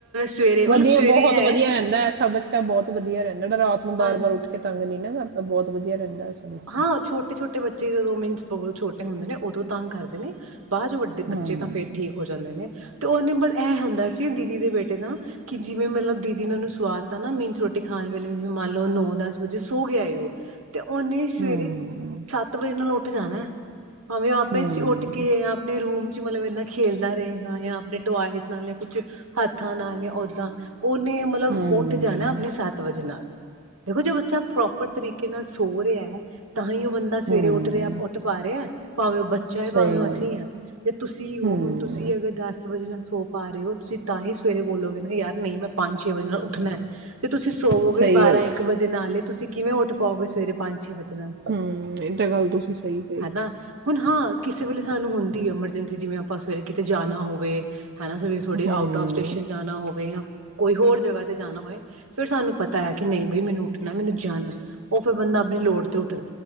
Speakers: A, on the right; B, on the right.
A: ਸਵੇਰੇ ਮਤਲਬ
B: ਵਧੀਆ
A: ਸਵੇਰੇ
B: ਬਹੁਤ
A: ਹੈ
B: ਵਧੀਆ ਰਹਿੰਦਾ ਐਸਾ ਬੱਚਾ ਬਹੁਤ ਵਧੀਆ ਰਹਿੰਦਾ ਰਾਤ ਨੂੰ ਬਾਰ
A: ਹਾਂਜੀ
B: ਬਾਰ ਉੱਠ ਕੇ ੰਗ ਨੀ ਨਾ ਕਰ ਬਹੁਤ ਵਧੀਆ ਰਹਿੰਦਾ ਐਸਾ ਬੱਚਾ
A: ਹਾਂ ਛੋਟੇ ਛੋਟੇ ਬੱਚੇ ਜਦੋਂ ਮੀਨ ਛੋਟੇ ਹੁੰਦੇ ਨੇ ਉਦੋਂ ਤੰਗ ਕਰਦੇ ਨੇ ਬਾਅਰ ਜੋ ਵੱਡੇ
B: ਹੂੰ
A: ਬੱਚੇ ਤਾਂ
B: ਹੂੰ
A: ਫੇਿਰ ਠੀਕ ਹੋ ਜਾਂਦੇ ਨੇ ਤੇ ਉਹਨੇ ਬੜ ਐਂ ਹੁੰਦਾ ਸੀ ਦੀਦੀ ਦੇ ਬੇਟੇ ਦਾ ਕਿ ਜਿਵੇਂ ਮਤਲਬ ਦੀਦੀ ਨੇ ਉਹਨੂੰ ਸਵਾਦ ਤਾ ਨਾ ਮੀਹਨ ਚ ਰੋਟੀ ਖਾਣ ਵੇਲੇ ਜਿਵੇਂ ਮੰਨ ਲਓ ਨੋ ਦਸ ਵਜੇ ਸੋ ਗਿਆ ਏ ਉਹ ਤੇ ਉਹਨੇ ਸਵੇਰੇ
B: ਹੂੰ
A: ਸੱਤ ਵਜੇ ਨੂੰ ਲਟ ਇੱਕੱਕ ਜਾਣਾ ਭਾਵੇਂ ਉਹ ਆਪੇ
B: ਹੂੰ
A: ਉੱਠ ਕੇ ਆਪਣੇ ਰੂਮ ਮਤਲਬ ਇਨਾ ਖੇਲਦਾ ਰਹੇਗਾ ਜਾਂ ਆਪਣੇ ਟੋਇਜ਼ ਨਾਲ ਜਾਂ ਕੁਛ ਹੱਥਾਂ ਨਾਲ ਜਾਂ ਓਦਾਂ ਉਹਨੇ ਮਤਲਬ
B: ਹੂੰ
A: ਉੱਠ ਜਾਣਾ ਆਪਣੇ ਸੱਤ ਵਜੇ ਨਾਲ ਦੇਖੋ ਜੇ ਬੱਚਾ ਪ੍ਰੋਪਰ ਤਰੀਕੇ ਨਾਲ ਸੋ ਰਿਹਾ ਹੈ ਤਾਂਹੀ ਉਹ ਬੰਦਾ ਸਵੇਰੇ
B: ਹੂੰ
A: ਉੱਠ ਰਿਹਾ ਉੱਠ ਪਾ ਰਿਹਾ ਭਾਵੇਂ ਉਹ ਬੱਚਾ
B: ਸਹੀ
A: ਭਾਵੇਂ
B: ਗੱਲ
A: ਅਸੀਂ
B: ਹੈ
A: ਹ ਜੇ ਤੁਸੀਂ ਹੋ
B: ਹੂੰ
A: ਹੁਣ ਤੁਸੀਂ ਅਗਰ ਦਸ ਵਜਣਾ ਸੋ ਪਾ ਰਹੇ ਹੋ ਤੁਸੀਂ ਤਾਂ ਹੀ ਸਵੇਰੇ ਬੋਲੋਗੇ ਨਾ ਯਾਰ ਨਹੀਂ ਮੈਂ ਪੰਜ ਛੇ ਵਜੇ ਨਾਲ ਉੱਠਣਾ ਤੇ ਤੁਸੀਂ ਸੋਵੋਗੇ
B: ਸਹੀ
A: ਬਾਰਾਂ
B: ਗੱਲ
A: ਇੱਕ
B: ਹੈ
A: ਵਜੇ ਨਾਲ ਹੀ ਤੁਸੀਂ ਕਿਵੇਂ ਉੱਠ ਪਾਓਗੇ ਸਵੇਰੇ ਪੰਜ ਛੇ ਵਜੇ
B: ਹਮ ਇਹ ਤਾਂ ਗੱਲ ਤੁਸੀਂ ਸਹੀ ਕਹੀ
A: ਹਨਾ ਹੁਣ ਹਾਂ ਕਿਸੇ ਵੇਲੇ ਸਾਨੂੰ ਹੁੰਦੀ ਐਮਰਜੈਂਸੀ ਜਿਵੇਂ ਆਪਾਂ ਸਵੇਰੇ ਕਿਤੇ ਜਾਣਾ ਹੋਵੇ ਹਨਾ ਸਵੇ ਥੋੜ੍ਹੇ
B: ਹੂੰ
A: ਆਊਟ ਫ ਸਟੇਸ਼ਨ ਜਾਣਾ ਹੋਵੇ ਜਾਂ ਕੋਈ ਹੋਰ ਜਗ੍ਹਾ ਤੇ ਜਾਣਾ ਹੋਏ ਫੇਿਰ ਸਾਨੂੰ ਪਤਾ ਹੈ ਕਿ ਨਹੀਂ ਬਈ ਮੈਨੂੰ ਉੱਠਣਾ ਮੈਨੂੰ ਜਾਣਾ ਉਹ ਫਿਰ ਬੰਦਾ ਆਪਣੀ ਲੋੜ ਉੱਠ